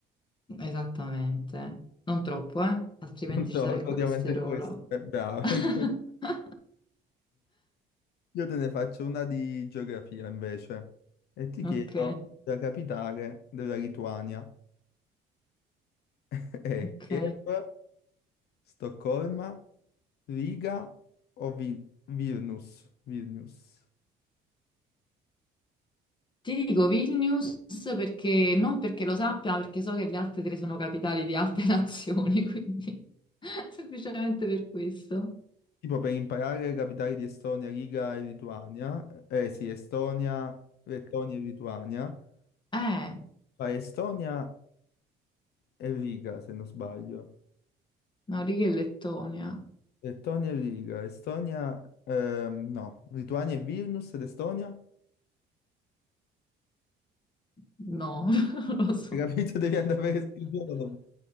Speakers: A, on the left (about 30°); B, on the left (about 70°).
A: esattamente. Non troppo, eh? Altrimenti
B: <laughs> Non so,
A: ci sarà
B: praticamente
A: il colesterolo.
B: questo è bravo.
A: <laughs>
B: <laughs> Io te ne faccio una di geografia invece e ti chiedo
A: Ok,
B: la capitale della Lituania. <laughs> È
A: ok.
B: Kiev, Stoccolma, Riga o Vi- Vilnius? Vilnius.
A: Ti dico Vilnius perché non perché lo sappia, ma perché so che le altre tre sono capitali di altre <laughs> nazioni, quindi <laughs> semplicemente per questo.
B: Tipo per imparare le capitali di Estonia, Riga e Lituania, eh sì, Estonia, Lettonia e Lituania,
A: Eh,
B: fai Estonia e Riga se non sbaglio.
A: Noriega e Lettonia.
B: Lettonia e Riga, Estonia, ehm, no, Lituania e Vilnius ed Estonia.
A: No, <laughs> non lo so.
B: Hai capito? <laughs> Devi andare per il giorno.